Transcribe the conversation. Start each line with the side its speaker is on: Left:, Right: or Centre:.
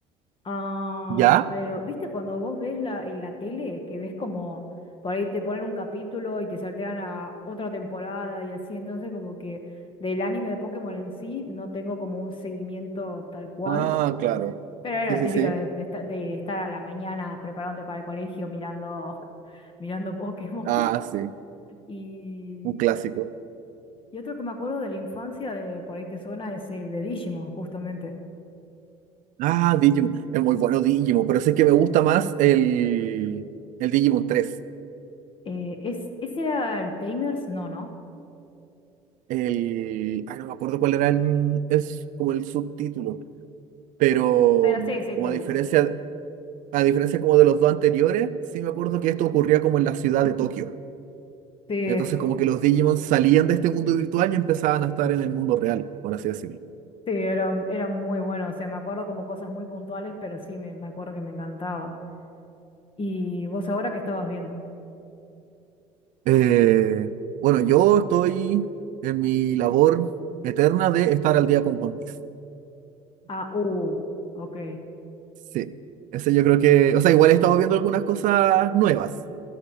Left: ah,
Right: ¿ya?
Left: pero viste cuando vos ves la, en la tele, que ves como por ahí te ponen un capítulo y te saltean a otra temporada y así, entonces como que del anime de Pokémon en sí no tengo como un seguimiento tal cual,
Right: Ah, claro.
Left: pero era
Right: Sí,
Left: la
Right: sí,
Left: típica
Right: sí.
Left: de, de esta- de estar a la mañana preparándote para el colegio mirando, <laughs> mirando Pokémon.
Right: Ah, sí.
Left: Y
Right: Un clásico.
Left: Y otro que me acuerdo de la infancia, de por ahí te suena, es el de Digimon, justamente.
Right: Ah, Digimon. Es muy bueno Digimon, pero sé que me gusta más el, el Digimon tres,
Left: Eh, es, ¿ese era el Tamers? No, ¿no?
Right: El... Ay, no me acuerdo cuál era el... Es como el subtítulo. Pero
Left: Pero sí, sí,
Right: como
Left: te-
Right: a diferencia, a diferencia como de los dos anteriores, sí me acuerdo que esto ocurría como en la ciudad de Tokio.
Left: sí, es-
Right: Entonces como que los Digimon salían de este mundo virtual y empezaban a estar en el mundo real, por así decirlo.
Left: sí, era, era muy bueno. O sea, me acuerdo como cosas muy puntuales, pero sí, me, me acuerdo que me encantaba. ¿Y vos ahora qué estabas viendo?
Right: Eh, bueno, yo estoy en mi labor eterna de estar al día con One Piece.
Left: Ah, uh, ok.
Right: Sí, ese yo creo que, o sea, igual he estado viendo algunas cosas nuevas,